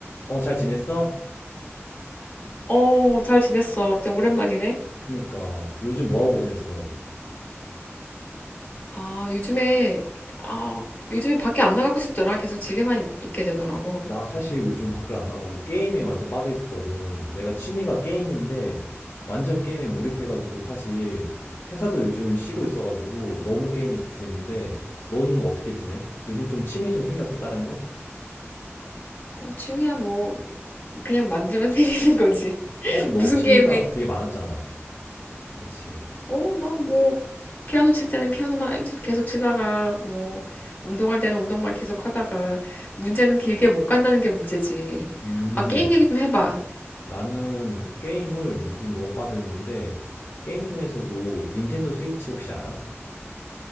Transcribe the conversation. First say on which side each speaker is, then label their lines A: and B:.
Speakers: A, on the left; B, on the left.
A: 어, 잘 지냈어?
B: 어, 잘 지냈어. 진짜 오랜만이네.
A: 그니까, 요즘 뭐하고 지냈어?
B: 아, 요즘에, 아, 요즘에 밖에 안 나가고 싶더라. 계속 집에만 있- 있게 되더라고.
A: 나 사실 요즘 밖을 안 나가고 게임에 완전 빠져 있었거든. 내가 취미가 게임인데, 완전 게임에 몰입해가지고 사실, 회사도 요즘 쉬고 있어가지고 너무 게임에 집중했는데, 넌 어떻게 지내? 요즘 좀 취미 좀 생겼어, 다른 거?
B: 어, 취미야, 뭐, 그냥 만들면 <laughs> 생기는 거지. <laughs>
A: 어, 너
B: 무슨
A: 취미가
B: 게임에,
A: 되게 많았잖아. 그치?
B: 어, 나 뭐, 피아노 칠 때는 피아노만 계속 치다가, 뭐, 운동할 때는 운동만 계속 하다가, 문제는 길게 못 간다는 게 문제지.
A: 음,
B: 아, 게임 얘기 좀 해봐.
A: 나는 게임을 요즘 너무 빠져 있는데, 게임 중에서도 닌텐도 스위치 혹시 알아?